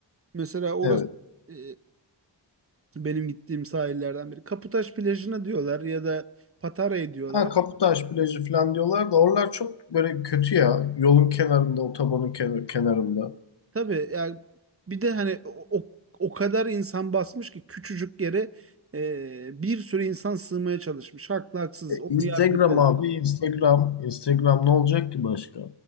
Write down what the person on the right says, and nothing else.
Mesela orası
e, benim gittiğim sahillerden biri. Kaputaş plajına diyorlar ya da Patara'ya diyorlar.
ama
Tabii yani bir de hani o, o o kadar insan basmış ki küçücük yere e, bir sürü insan sığmaya çalışmış. Haklı haksız onu
yargılayamam.